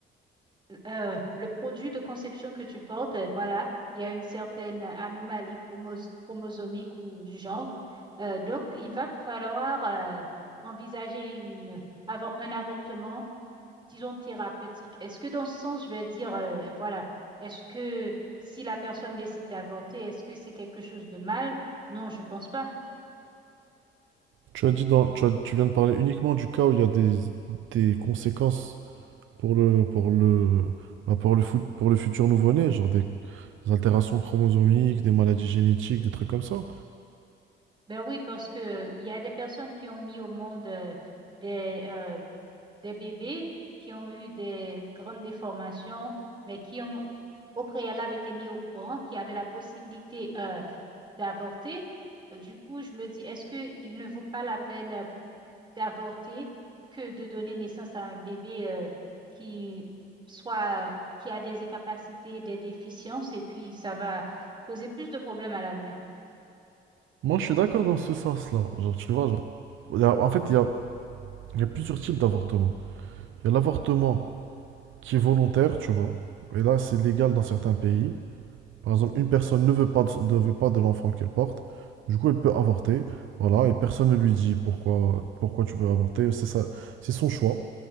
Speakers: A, on the right; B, on the right.
A: euh, le produit de conception que tu portes, euh, voilà, il y a une certaine anomalie chromoso- chromosomique ou du genre. Euh, donc, il va te falloir euh, envisager une, avor- un avortement, disons, thérapeutique. Est-ce que dans ce sens, je vais dire, euh, voilà, est-ce que si la personne décide d'avorter, est-ce que c'est quelque chose de mal? Non, je pense pas.
B: Tu as dit dans, tu as- tu viens de parler uniquement du cas où il y a des, des conséquences pour le, pour le, bah, pour le, fut- pour le futur nouveau-né, genre des des altérations chromosomiques, des maladies génétiques, des trucs comme ça.
A: Ben oui, parce que euh, il y a des personnes qui ont mis au monde euh, des, euh, des bébés qui ont eu des grandes déformations, mais qui ont au préalable été mis au courant, qui avaient la possibilité euh, d'avorter. Euh, Du coup, je me dis, est-ce qu'il ne vaut pas la peine euh, d'avorter que de donner naissance à un bébé euh, qui soit, qui a des incapacités, des déficiences, et puis ça va causer plus de problèmes à l'avenir?
B: Moi, je suis d'accord dans ce sens-là. Genre, tu vois, genre, il y a- en fait, il y a, il y a plusieurs types d'avortement. Il y a l'avortement qui est volontaire, tu vois, et là, c'est légal dans certains pays. Par exemple, une personne ne veut pas de, ne veut pas de l'enfant qu'elle porte, du coup, elle peut avorter, voilà, et personne ne lui dit pourquoi, pourquoi tu veux avorter, c'est ça, c'est son choix.